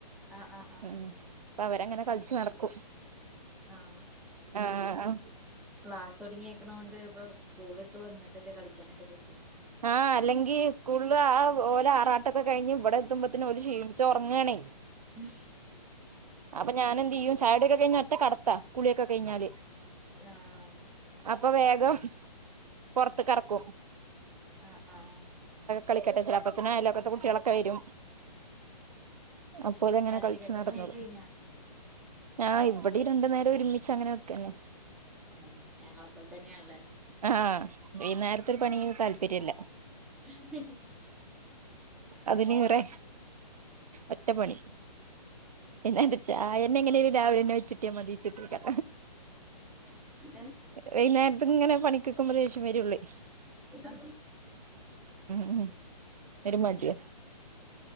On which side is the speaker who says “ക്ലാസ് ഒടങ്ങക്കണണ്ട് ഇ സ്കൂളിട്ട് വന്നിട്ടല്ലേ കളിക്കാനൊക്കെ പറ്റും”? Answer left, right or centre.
Centre